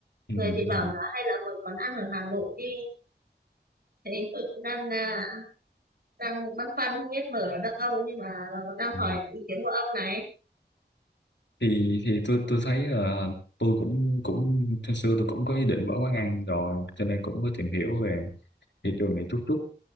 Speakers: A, on the left; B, on the right.
A: Ừ,
B: người thì bảo
A: ừ,
B: là hay là mở quán ăn ở Hà Nội đi thế tôi cũng đang à, đang băn khoăn không biết mở ở đâu nhưng mà đang
A: ừ.
B: hỏi ý kiến của ông này
A: Thì thì tôi tôi thấy là tôi cũng cũng hồi xưa tôi cũng có ý định mở quán ăn rồi, cho nên cũng có tìm hiểu về thị trường này chút chút.